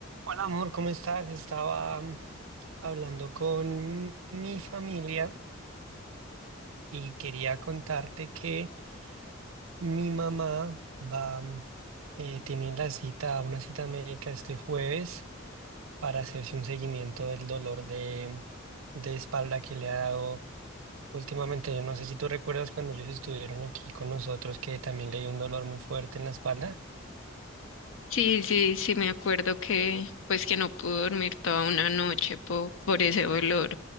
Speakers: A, on the right; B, on the left.
A: Hola amor, ¿cómo estás? Estaba mm, hablando con mi familia y quería contarte que mi mamá va, mm, eh, tiene la cita, una cita médica este jueves para hacerse un seguimiento del dolor de, de espalda que le ha dado últimamente. Yo no sé si tú recuerdas cuando ellos estuvieron aquí con nosotros que también le dio un dolor muy fuerte en la espalda.
B: Sí, sí, sí, me acuerdo que pues que no pude dormir toda una noche po- por ese olor